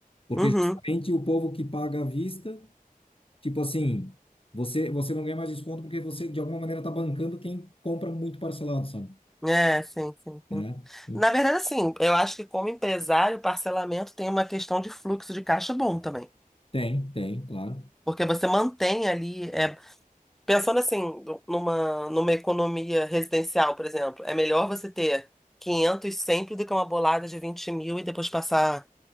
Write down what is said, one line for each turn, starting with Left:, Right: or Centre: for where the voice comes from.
Left: porque
Centre: uhum.
Left: justamente o povo que paga à vista, tipo assim, você você não ganha mais desconto porque você de alguma maneira tá bancando quem compra muito parcelado, sabe?
Centre: É, sim, sim, sim.
Left: Né? E
Centre: Na verdade, assim, eu acho que como empresário, o parcelamento tem uma questão de fluxo de caixa bom também.
Left: Tem, tem, claro.
Centre: Porque você mantém ali é, Pensando assim, do- numa, numa economia residencial, por exemplo, é melhor você ter 500 sempre do que uma bolada de 20 mil e depois passar